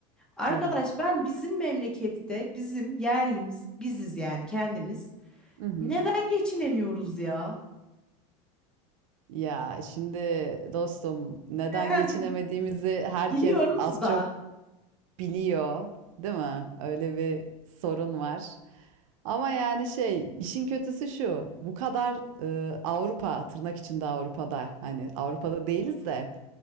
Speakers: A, in the centre; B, on the right.
A: Arkadaş
B: Tabii.
A: ben bizim memlekette bizim yerlimiz biziz yani kendimiz.
B: Hı hı.
A: Neden geçinemiyoruz ya?
B: Ya şimdi dostum neden
A: <laughs>
B: geçinemediğimizi herkes
A: Biliyoruz
B: az
A: da.
B: çok biliyor, değil mi? Öyle bir sorun var. Ama yani şey, işin kötüsü şu. Bu kadar e, Avrupa, tırnak içinde Avrupa'da, hani Avrupa'da değiliz de